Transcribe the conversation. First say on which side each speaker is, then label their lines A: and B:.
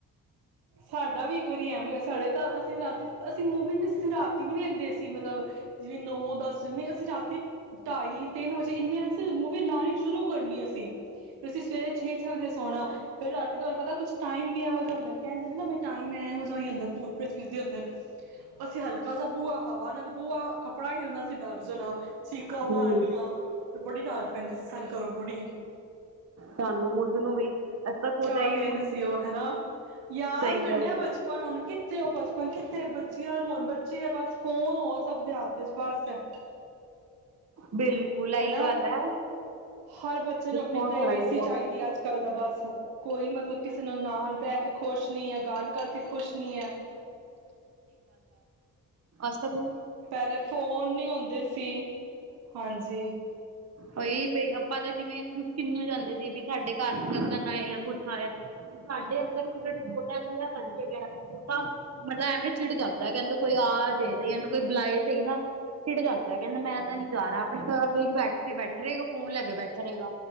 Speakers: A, on the right (about 85°); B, on the right (about 45°).
A: ਸਾਡਾ ਵੀ ਕੁਝ ਐਵੇਂ ਹੋਏ ਸਾਡੇ ਤਾਂ ਅਸੀਂ ਰਾਤੀ ਅਸੀਂ ਮੂੰਹ ਵੀਂ ਰਾਤੀ ਨੀ ਵੇਖਦੇ ਅਸੀਂ ਮਤਲਬ ਜਿਵੇਂ ਨੌ ਦਸ ਜੇ ਅਸੀਂ ਰਾਤੀ ਢਾਈ ਤਿੰਨ ਵਜੇ ਇੰਨੇ ਮੂਵੀ ਲਾਣੀ ਸ਼ੁਰੂ ਕਰਨੀ ਅਸੀਂ ਫੇਰ ਅਸੀਂ ਸਵੇਰੇ ਛੇ-ਛੇ ਵਜੇ ਸੋਣਾ ਫਿਰ ਰਾਤੀ ਤੁਹਾਨੂੰ ਪਤਾ ਕੁਛ ਟਾਈਮ ਵੀ ਇਹੋ ਜੇ ਹੁੰਦਾ ਕਹਿੰਦੇ ਨਾ ਟਾਈਮ ਇਹੋ ਜਿਹਾ ਹੀ ਜਾਂ ਹੁੰਦਾ ਭੂਤੀ ਦੇ ਹੁੰਦੇ। ਅਸੀਂ ਹਲਕਾ ਜ ਬੂਆ ਹਵਾ ਨਾਲ ਪੂ ਆ ਕੱਪੜਾ ਹਿਲਦਾ ਸੀ ਡਰ ਜਾਣਾ ਚੀਕਾਂ
B: ਹੂੰ
A: ਮਾਰਨੀਆਂ ਤੇ ਬੜੀ ਡਰ ਪੈਂਦੀ ਸੀ। ਸਾਨੂੰ ਕਰੋ ਪੁੜੀ
B: ਸਾਨੂੰ ਖੁਦ ਨੂੰ ਵੀ ਐਸ ਤਾਂ ਖੁਦ
A: ਕਿਆ
B: ਹੀ
A: ਦਿਨ
B: ਹੁਣ
A: ਉਹ ਹਨਾ ਯਾਦ
B: ਸਹੀ
A: ਕਰਨੇ
B: ਗੱਲ
A: ਆ ਬਚਪਨ
B: ਹੈ
A: ਹੁਨ ਕਿੱਥੇ ਉਹ ਬਚਪਨ ਕਿੱਥੇ ਬੱਚਿਆਂ ਨੂੰ ਹੋਣ ਬੱਚੇ ਆ ਬਸ ਫੋਨ ਹੋਣ ਸਭ ਦੇ ਹੱਥ ਚ ਬਸ ਅੱਛ
B: ਬਿਲਕੁਲ ਇਹੀ
A: ਹਨਾ
B: ਗੱਲ ਹੈ
A: ਹਰ ਬੱਚੇ ਨੂੰ
B: ਫੋਨ
A: ਆਪਣੀ ਪ੍ਰਾਈਵੇਸੀ
B: ਲੈਣਾ ਚਾਹੀਦਾ
A: ਚਾਹੀਦੀ ਅੱਜ ਕੱਲ ਦਾ ਬੱਸ ਕੋਈ ਮਤਲਬ ਕਿਸੇ ਨਾਲ ਨਾ ਬਹਿ ਕੇ ਖੁਸ਼ ਨਹੀ ਹੈ, ਗੱਲ ਕਰਕ ਅਤੇ ਖੁਸ਼ ਨਹੀਂ ਹੈ
B: ਅਸ੍
A: ਪਹਿਲੇ ਫੋਨ ਨ ਹਉਂਦੇ ਸੀ ਹਾਂਜੀ
B: ਉਹੀ ਬ ਆਪਾਂ ਤਾਂ ਜਿਵੇਂ ਕੁ ਕਿੰਨ ਜਾਂਦੇ ਸੀ ਵੀ ਸਾਡੇ ਘਰ ਗਣ ਆਏ ਜਾਂ ਕੁਛ ਆਏਆ ਸਾਡੇ ਅਧਰਟ ਉਹ ਤਾਂ ਮਤਲਬ ਐਵੇਂ ਚਿੜ ਜਾਂਦਾ ਕਹਿੰਦਾ ਕੋਈ ਆ ਜਾਏਨੂੰ ਕੋਈ ਬੁਲਾਏ ਸ ਨਾ ਚਿੜ ਜਾਂਦਾ ਕਹਿੰਦਾ ਮੈਂ ਤਾਂ ਨਹੀਂ ਜਾ ਰਿਹਾ ਆਪਣੇ ਕਮਰੇ ਬੈਠ ਬੈਠ ਕੇ ਬੈਠਾ ਰਹੇਗਾ ਫੋਨ ਲੈ ਕੇ ਬੈਠਾ ਰਹੇਗਾ